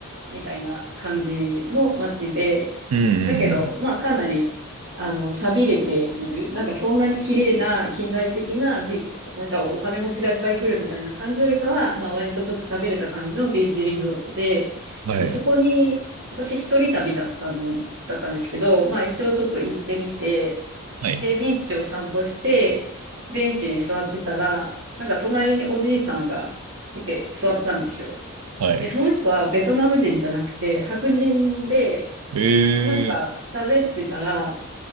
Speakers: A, on the right (about 60°); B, on the right (about 75°).
A: みたいな感じの街で、
B: うんうん
A: だけど、まあかなり、あの、寂れている。なんかそんなに綺麗な近代的なビ、なんかお金持ちがいっぱい来るみたいな感じよりかは、まあ割とちょっと寂れた感じのビーチリゾートで、
B: うん。はい。
A: で、そこに、私一人旅だったの、だったんですけど、まあ一応ちょっと行ってみて、
B: はい。
A: で、ビーチを散歩して、ベンチに座ってたら、なんか隣におじいさんが来て座ったんですよ。
B: はい。
A: で、その人はベトナム人じゃなくて、白人で、
B: え
A: で、なんか喋ってたら、